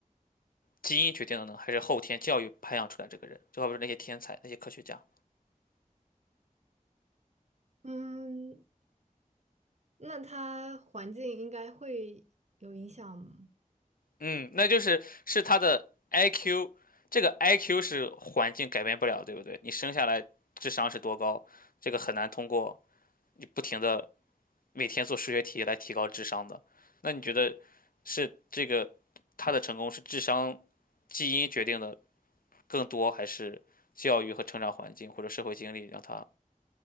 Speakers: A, on the left; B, on the right.
A: 基因决定的呢，还是后天教育培养出来这个人？就好比说那些天才、那些科学家，
B: 嗯，那他环境应该会有影响吗
A: 嗯，那就是是他的 IQ，这个 IQ 是环境改变不了，对不对？你生下来智商是多高，这个很难通过你不停的每天做数学题来提高智商的。那你觉得是这个他的成功是智商基因决定的更多，还是教育和成长环境或者社会经历让他